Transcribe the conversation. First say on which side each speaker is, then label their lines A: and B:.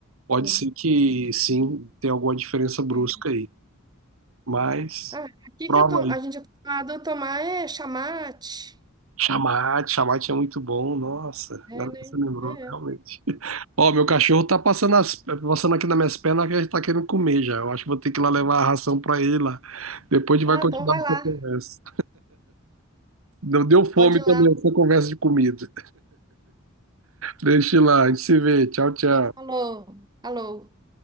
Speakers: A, on the right; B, on the right.
A: pode
B: É.
A: ser que sim, tenha alguma diferença brusca
B: é.
A: aí. Mas
B: Ah, aqui
A: prova
B: que eu tô, a gente é acostumado a tomar é chamate.
A: Chamate, chamate é muito bom. Nossa,
B: É,
A: agora
B: né?
A: que você lembrou,
B: É.
A: realmente. <laughs> Ó, meu cachorro tá passando, as, passando aqui nas minhas pernas que ele tá querendo comer já. Eu acho que vou ter que ir lá levar a ração pra ele lá. Depois a gente
B: Ah,
A: vai continuar
B: então vai lá.
A: essa conversa. Deu deu fome
B: Pode ir
A: também
B: lá.
A: essa conversa de comida. Deixa eu ir lá, a gente se vê. Tchau, tchau.
B: Então, falou. Falou.